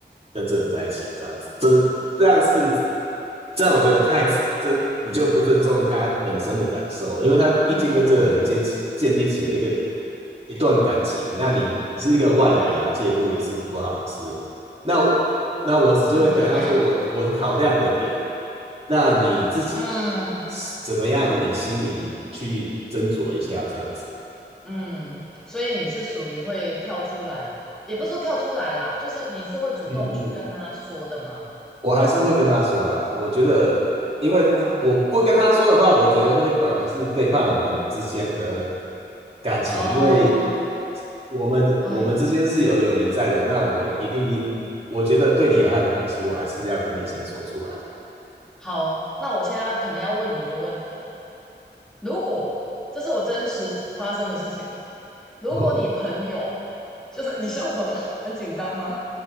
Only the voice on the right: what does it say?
跟这个人在一起，这样子。这样是这样，我觉得太你就不尊重他本身的感受，因为他毕竟跟这个人建起建立起了一个
一段感情，那你只是一个外人给他介入也是不好的事。
那那我只是会给他说我我考量的点，
那你自己
怎么样，你心里去斟酌一下这样子。
嗯嗯嗯，我还是会跟他说啦。我觉得，
因为我不跟他说的话，我觉得会反而是背叛我们之间的感情，
因为我们我们之间是有友谊在的。
那我一定，嗯我觉得对你有害的东西，我还是要跟你先说出来。
<laughs> 我